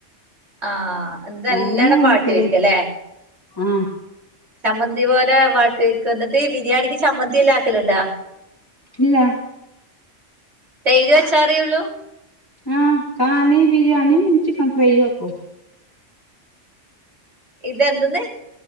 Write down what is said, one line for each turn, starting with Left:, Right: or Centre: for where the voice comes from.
Right: ആഹ് എന്ത് നല്ലവണ്ണം
Left: ആ നിങ്ങ എങ്ങനെ
Right: വാട്ടി
Left: വെക്കല്
Right: വെക്കല്ലേ
Left: ആഹ
Right: സമ്മന്തി പോലെ തരിക്ക എന്നിട്ട്ഈ ബിരിയാണിക്ക് ചമ്മന്തില്ല ആാക്കലുണ്ടോ
Left: ഇല്ല
Right: തൈര് അച്ചാറിയുള്ളൂ
Left: ആഹ കാണ ബരിയാണിംപിന്നെ ചിക്കൻ ഫ്രൈ ആക്കും
Right: ഇതന്തെന്ന്